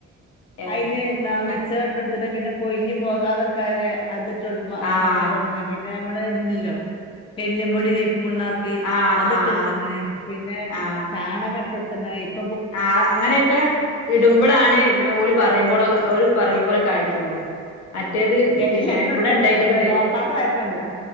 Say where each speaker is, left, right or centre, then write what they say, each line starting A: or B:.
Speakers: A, on the left; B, on the left.
A: ഏഹ്
B: അയിന് നാ
A: അങ്ങനെ
B: മിച്ച ഇട്ടു കൊടു അത് പിന്നെ കൊഴിഞ്ഞു പോകാതെ നിക്കാല്ലെ അത് ട്ടു
A: ആഹ്
B: മായി കൊടുത്ത് പി പിന്ന നമ്മള് ഇതില്ലല്ലോ. എല്ലുംപൊടി പുണ്ണാക്ക്
A: ആഹ്
B: അത്
A: ആഹ്
B: ഇട്ട് കൊടുത്തേക്കണ് പിന്നെ
A: ആഹ്
B: ചാണക ട്ടൊ
A: ആ അങ്ങനെയൊക്കെ ഇടുമ്പോഴാണ് ഒരു പറയുമ്പോൾ ഒരു പറയുമ്പോലൊക്കെ ആയിട്ടൊള്ളു മറ്റേത്
B: എല്ലാം
A: പിന്നെ
B: ഇട്ട് കൊടുക്കാത്ത
A: ഇവിടെ ഉണ്ടായിട്ടുണ്ട്
B: കുഴപ്പമില്ല നോക്കാത്ത കുഴപ്പമില്ല